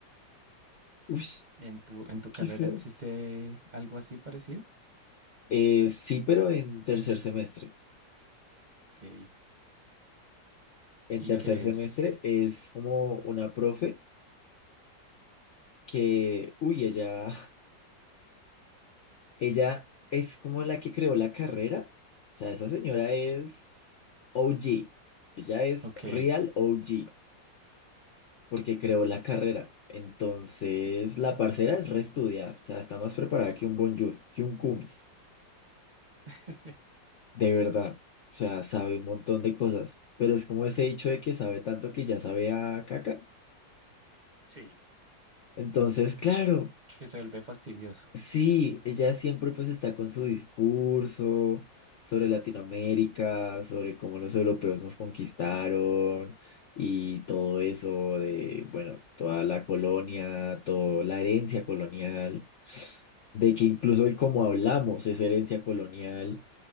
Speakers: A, on the left (about 85°); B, on the right (about 35°).
A: uf,
B: ¿En tu, en tu
A: qué
B: carrera
A: feo.
B: existe algo así parecido?
A: Eh, sí, pero en tercer semestre.
B: Ok.
A: En
B: Y
A: tercer
B: que
A: semestre
B: es,
A: es como una profe que, uy, ella, <laughs> ella es como la que creó la carrera. O sea, esa señora es o g Ella es
B: ok,
A: real o g porque creó la carrera. Entonces, la parcera es reestudiada, o sea, está más preparada que un Bonjour, que un Cumis,
B: <laughs>
A: de verdad. O sea, sabe un montón de cosas, pero es como ese dicho de que sabe tanto que ya sabe a caca.
B: sí,
A: Entonces, claro,
B: que se vuelve fastidioso.
A: sí, ella siempre pues está con su discurso sobre Latinoamérica, sobre cómo los europeos nos conquistaron y todo eso de, bueno, toda la colonia, toda la herencia colonial. de que incluso el cómo hablamos es herencia colonial